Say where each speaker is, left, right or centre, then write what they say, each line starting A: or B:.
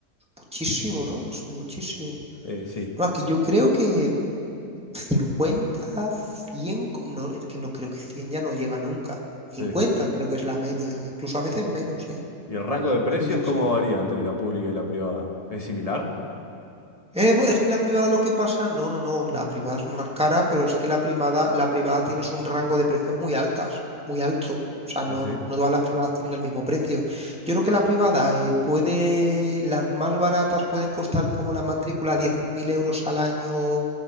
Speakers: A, in the centre; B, on the left.
A: Muchísimo, ¿no? Es muchísimo.
B: Eh, sí,
A: No, aquí yo creo que 50 100 como- no, es que no creo que 100 ya no llega nunca. cincuenta
B: sí.
A: creo que es la media, incluso a veces menos, ¿eh?
B: ¿Y el rango de precios
A: Sí, sí,
B: cómo
A: sí.
B: varía entre la pública y la privada? ¿Es similar?
A: Eh, bu- es que la privada lo que pasa, no, no, no, la privada es más cara, pero es que la privada, la privada tienes un rango de precios muy altas, muy alto. O sea, no,
B: ¿Ah, sí?
A: no todas las privadas tienen el mismo precio. Yo creo que la privada eh, puede, las más baratas pueden costar como la matrícula 10.000 euros al año,